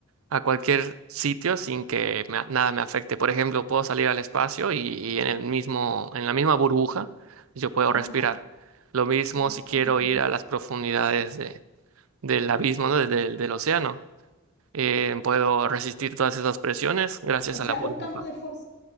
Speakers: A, on the right; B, on the left.
A: a cualquier sitio sin que me- nada me afecte. Por ejemplo, puedo salir al espacio y, y en el mismo, en la misma burbuja yo puedo
B: ajá,
A: respirar. Lo mismo
B: guay.
A: si quiero ir a las profundidades de- del abismo, ¿no? de- del del océano eh, puedo resistir todas esas presiones gracias
B: O sea,
A: a la burbuja.
B: un campo de fuerza.